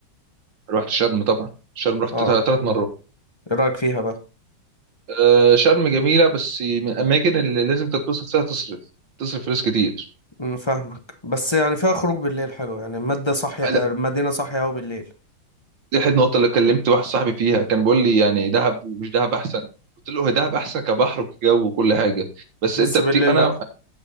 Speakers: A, on the right; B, on the left.
A: رحت شرم طبعا شرم رحت
B: اه
A: ثلاث مرات
B: ايه رايك فيها بقى
A: آه، شرم جميله بس من الاماكن اللي لازم تتبسط فيها تصرف تصرف فلوس كتير
B: أمم، فاهمك بس يعني فيها خروج بالليل حلو يعني المادة صاحية
A: آه،
B: المدينة
A: ده-
B: صاحية أوي بالليل
A: دي احد النقط اللي كلمت واحد صاحبي فيها كان بيقول لي يعني دهب ومش دهب احسن قلت له هي دهب احسن كبحر وكجو وكل حاجه بس
B: بس
A: انت بتي...
B: بالليل
A: انا
B: لأ